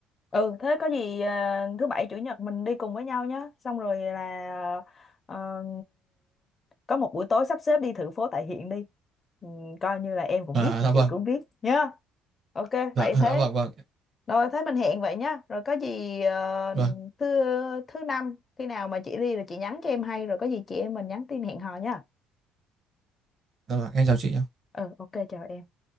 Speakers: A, on the left; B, on the right.
A: ừ thế có gì à, thứ bảy chủ nhật mình đi cùng với nhau nhé xong rồi là ờ, có một buổi tối sắp xếp đi thử phố tại hiện đi Ừ, coi như là em cũng
B: à
A: biết
B: dạ vâng
A: chị cũng biết nhá ok
B: dạ
A: vậy
B: dạ
A: thế
B: vâng vâng
A: rồi thế mình hẹn vậy nhá rồi có gì ờ,
B: vâng
A: thứ thứ năm khi nào mà chị đi là chị nhắn cho em hay rồi có gì chị em mình nhắn tin hẹn hò nhá
B: dạ vâng em chào chị nhá
A: ừ ok chào em